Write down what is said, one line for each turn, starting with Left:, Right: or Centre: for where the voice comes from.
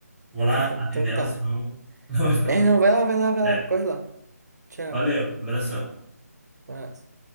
Centre: Vou lá
Right: Então
Centre: atender ela,
Right: tá.
Centre: senão <laughs> ela vai ficar
Right: É,
Centre: preocupada.
Right: não, vai lá, vai lá, vai lá,
Centre: É.
Right: corre lá. Tchau.
Centre: Valeu, abração.
Right: Um Abraço.